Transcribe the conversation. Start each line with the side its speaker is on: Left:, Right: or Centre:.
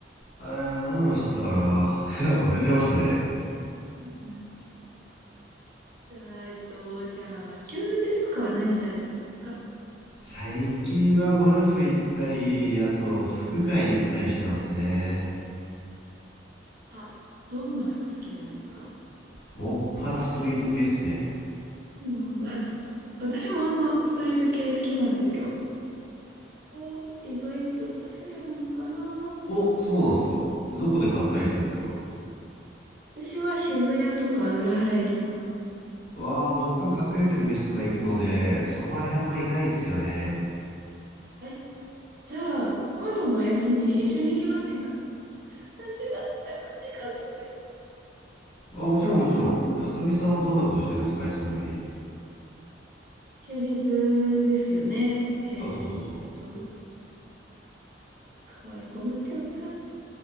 Left: えー、何の話だったかな <laughs> なんか忘れちゃいましたね。
Right: うんうん。じゃあ、えっと、じゃあ、休日とかは何されてるんですか
Left: 最近はゴルフ行ったり、あと、服会に行ったりしてますね。
Right: あ、どんな服好きなんですか
Left: もっぱらストリート系っすね。
Right: うん私もあの、ストリート系好きなんですよ。お、意外とおしゃれなのかな
Left: お、そうなんですか。どこで買ったりするんですか。
Right: 私は渋谷とか裏原行きます。
Left: わあ、僕隠れてる店とか行くので、そこら辺あんま行かないんですよね。
Right: え、じゃあ、今度のお休み一緒に行きませんかあ、しまった、口が滑る。
Left: あ、もちろんもちろん。あさみさんはどんなことしてるんですか、休みの日。
Right: 休日ですよね。えーっと、
Left: あ、そうそうそ
Right: 可愛い子ぶってよっか。